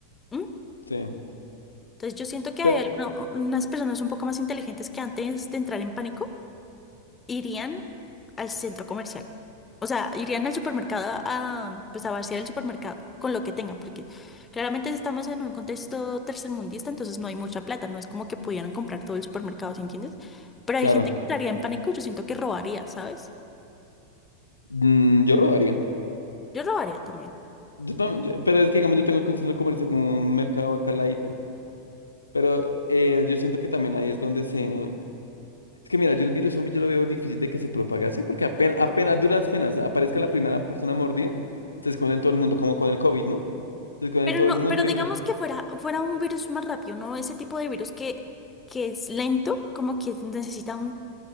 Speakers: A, on the left; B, on the left.
A: ¿m?
B: sí,
A: Entonces yo siento que
B: pero,
A: hay alguna- unas personas un poco más inteligentes que antes de entrar en pánico irían al centro comercial. O sea, irían al supermercado a, pues a vaciar el supermercado con lo que tengan, porque claramente estamos en un contexto tercermundista, entonces no hay mucha plata, no es como que pudieran comprar todo el supermercado, ¿sí entiendes? Pero
B: claro,
A: hay gente que entraría en pánico y yo siento que robaría, ¿sabes?
B: mm, yo robaría,
A: Yo robaría también.
B: yo, tam- yo- pero es que, digamos, yo tengo aquí un centro comercial, un mercado acá al ladito, pero eh, yo siento que también ahí es donde se, es que mira, yo el virus zombie yo lo veo difícil de que se propague así, porque apenas, apenas duras penas aparezca la primera persona mordida, se esconde en todo el mundo, como con el COVID, ¿no? Se esconde
A: Pero
B: en todo
A: no,
B: el mundo
A: pero
B: y
A: digamos
B: la...
A: que fuera, fuera un virus más rápido, ¿no? Ese tipo de virus que, que es lento, como que necesita un